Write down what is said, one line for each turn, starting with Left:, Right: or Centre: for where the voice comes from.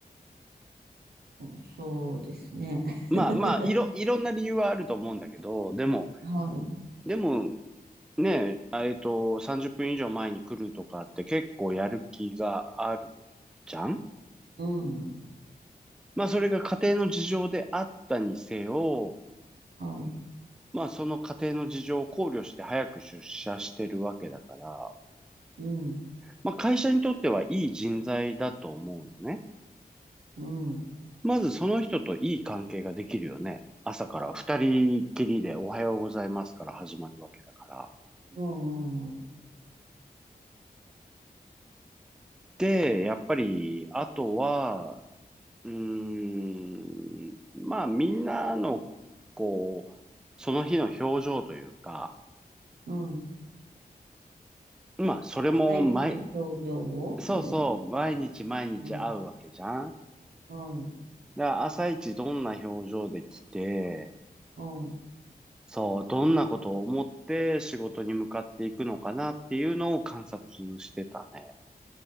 Right: うんそうですね。<laughs>
Centre: まあまあ、いろ、いろんな理由はあると思うんだけど、でも、
Right: はい。
Centre: でもねえ、えっと、30分以上前に来るとかって結構やる気があるじゃん
Right: うん。
Centre: まあ、それが家庭の事情であったにせよ、
Right: はい。
Centre: まあ、その家庭の事情を考慮して早く出社してるわけだから、
Right: うん。
Centre: まあ、会社にとってはいい人材だと思うのね。
Right: うん。
Centre: まずその人といい関係ができるよね。朝から二人きりでおはようございますから始まるわけだから。
Right: うん。うん。
Centre: で、やっぱり、あとは、うーん、まあみんなの、こう、その日の表情というか、
Right: うん
Centre: まあそれも毎、
Right: 朝一の表情を見るんですか
Centre: そうそう、毎日毎日会うわけじゃん。
Right: うん。はい。
Centre: だから朝一どんな表情で来て、
Right: うん。
Centre: そう、どんなことを思って仕事に向かっていくのかなっていうのを観察してたね。